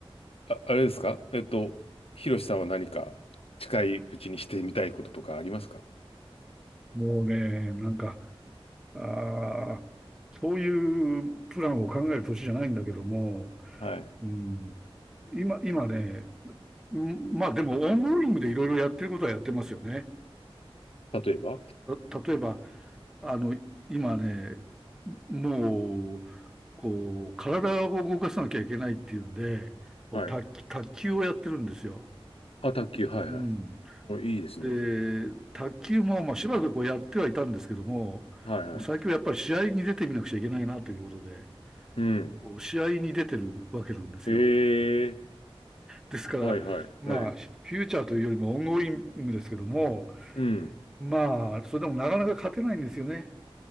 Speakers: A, on the left; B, in the centre.
A: あ、あれですかえっと、ひろしさんは何か近いうちにしてみたいこととかありますか
B: もうね、なんか、ああ、そういうプランを考える年じゃないんだけども、
A: はい。
B: うん、今、今ね、うんまあでも、オンゴーリングでいろいろやってることはやってますよね。
A: 例えば
B: た、例えば、あの、今ね、もう、こう、体を動かさなきゃいけないっていうんで、こう卓球、
A: はい。
B: 卓球をやってるんですよ。
A: あ、卓球、はいはい。
B: うん。
A: お、いいですね。
B: で、卓球も、まあ、しばらくこうやってはいたんですけども、
A: はいはい。
B: もう最近はやっぱり試合に出てみなくちゃいけないなということで、
A: うん。
B: こう試合に出てるわけなんですよ。
A: ええ
B: ですから、
A: はいはい。
B: まあ、
A: はい。
B: フューチャーというよりもオンゴーリングですけども、
A: うん。
B: まあ、それでもなかなか勝てないんですよね。